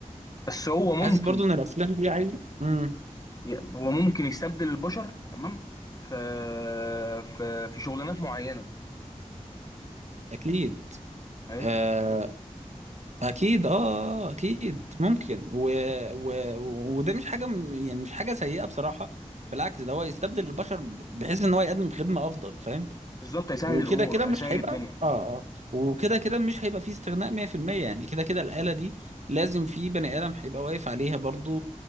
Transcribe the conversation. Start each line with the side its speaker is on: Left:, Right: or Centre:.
Left: بس هو ممكن
Right: حاسس برضو ان الافلام دي عايزه امم
Left: ي- هو ممكن يستبدل البشر تمام في في في شغلانات معينه
Right: اكيد
Left: فاهم
Right: آه اكيد اه آه، اكيد ممكن و... و... وده مش حاجه م- يعني مش حاجه سيئه بصراحه بالعكس ده هو يستبدل البشر ب- بحيث ان هو يقدم خدمه افضل فاهم
Left: بالظبط هيسهل
Right: وكده
Left: الامور
Right: كده مش
Left: هيسهل
Right: هيبقى
Left: الدنيا
Right: اه اه وكده كده مش هيبقى فيه استغناء 100% يعني كده كده الآلة دي لازم في بني آدم هيبقى واقف عليها برضو